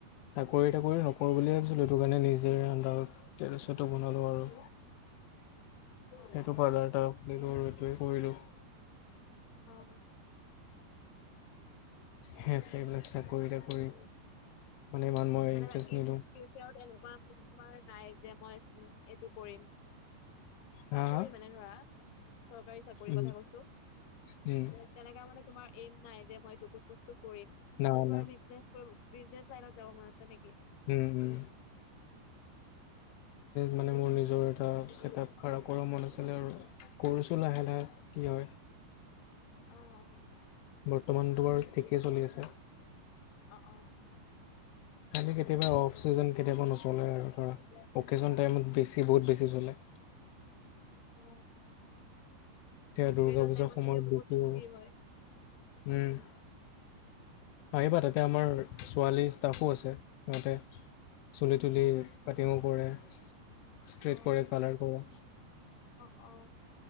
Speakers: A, on the left (about 85°); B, on the left (about 65°).
A: চাকৰি তাকৰি নকৰোঁ বুলিয়ে ভাবিছিলোঁ, সেইটো কাৰণে নিজে আণ্ডাৰগ্ৰাউণ্ড টেৰ'ৰিষ্ট এটা বনালো আৰু।
B: অ
A: সেইটো
B: অ
A: পাৰ্লাৰ এটা খুলিলিলো আৰু এইটোৱে কৰিলো।
B: অঁ।
A: সে সেইবিলাক চাকৰি তাকৰি মানে ইমান মই
B: মানে
A: ইণ্টাৰেষ্ট
B: বাকী
A: নিদু।
B: ফিউচাৰত এনেকুৱা তোমাৰ নাই যে মই এইটো কৰিম।
A: হা
B: চাকৰি
A: হা
B: মানে ধৰা, চৰকাৰী চাকৰি
A: উম,
B: কথা কৈছো।
A: উম।
B: তেনেকা মানে তোমাৰ এইম নাই যে মই হেটোকুত বস্তু কৰিম, নহলে
A: না
B: তেওঁ
A: না
B: বাৰু বিজনেছ কৰো। বিজনেছ লাইনত যাব ম'ন আছে নেকি?
A: উম উম।
B: আচ্ছা আচ্ছা।
A: মানে মোৰ নিজৰ এটা ছেটআপ খাৰা কৰা ম'ন আছিলে আৰু। কৰিছো লাহে লাহে, কি হয়।
B: অ অ
A: বৰ্তমান
B: আচ্ছা
A: তোমাৰ ঠিকেই চলি আছে।
B: অ, অঁ।
A: খালি কেতিয়াবা অফ চিজন, কেতিয়াবা নচলে আৰু ধৰা। অকেশ্বন টাইমত বেছি বহুত বেছি চলে।
B: অ।
A: সেয়া
B: অকেজন
A: দুৰ্গা পূজাৰ
B: টাইমত
A: সময়ত
B: চাগে বহুত
A: বিকো,
B: ভিৰ হয়
A: উম। আহিবা তাতে আমাৰ ছোৱালী ষ্টাফো আছে সিহঁতে। চুলি তুলি কাটিং কৰে, ষ্ট্ৰেইট
B: অ
A: কৰে কালাৰ কৰে।
B: অ অঁ।